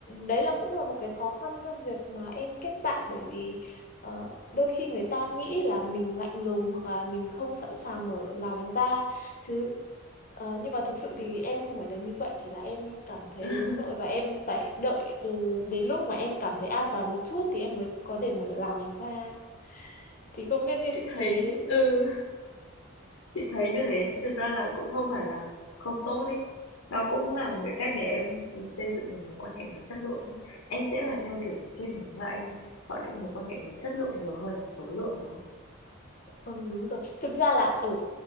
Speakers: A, on the left; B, on the left.
A: đấy là cũng là một cái khó khăn trong việc mà em kết bạn bởi vì ờ, đôi khi người ta nghĩ là mình lạnh lùng hoặc là mình không sẵn sàng mở lòng ra chứ Ờ, nhưng mà thực sự thì em không phải là như vậy chỉ là em cảm thấy
B: <laughs>
A: hướng nội và em phải đợi từ đến lúc mà em cảm thấy an toàn một chút thì em mới có thể mở lòng ra thì không biết như
B: chị thấy
A: thế
B: ừ chị thấy như thế thực ra là cũng không phải là không tốt đấy đó cũng là một cái cách để em xây dựng một mối quan hệ nó chất lượng ấy. em sẽ là theo kiểu thiên hướng là em chọn những mối quan hệ nó chất lượng nhiều hơn là số lượng đúng không
A: Ừ, đúng rồi. Thực ra là ở